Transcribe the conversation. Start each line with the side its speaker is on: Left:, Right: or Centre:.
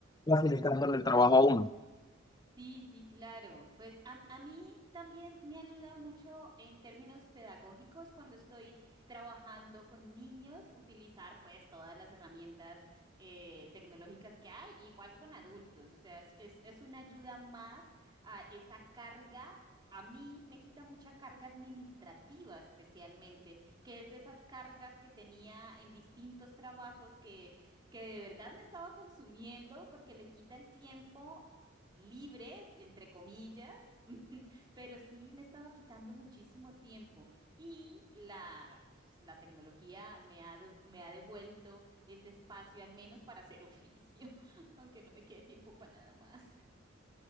Left: facilitándole el trabajo a uno.
Right: Sí, sí, claro. Pues a, a mí también me ayuda mucho en términos pedagógicos cuando estoy trabajando con niños, utilizar pues todas las herramientas eh, tecnológicas que hay, igual con adultos. O sea, es, es, es una ayuda más a esa carga. A mí me quita mucha carga administrativa especialmente, que es de esas cargas que tenía en distintos trabajos que que de verdad me estaba consumiendo porque le quita el tiempo libre, entre comillas, <laughs> pero sí me estaba quitando muchísimo tiempo y la, pues, la tecnología me ha, de- me ha devuelto ese espacio al menos para hacer oficio, <laughs> aunque no me quede tiempo para nada más.